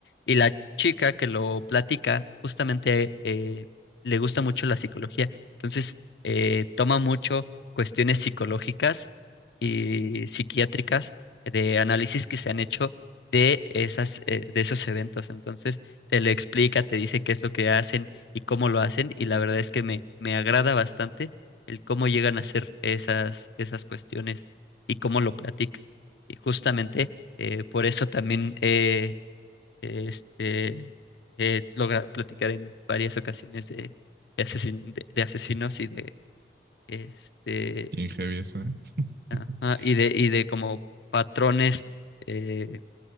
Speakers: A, on the left; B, on the right.
A: Y la chica que lo platica, justamente eh, le gusta mucho la psicología, entonces eh, toma mucho cuestiones psicológicas y psiquiátricas de análisis que se han hecho de esas, eh, de esos eventos. Entonces, te lo explica, te dice qué es lo que hacen y cómo lo hacen, y la verdad es que me, me agrada bastante el cómo llegan a hacer esas, esas cuestiones y cómo lo platica. Y justamente eh, por eso también eh, este, he logrado platicar en varias ocasiones de, de, asesin- de- de asesinos y de este
B: Bien heavy eso, ¿eh?
A: ajá,
B: <laughs>
A: y de y de como patrones eh,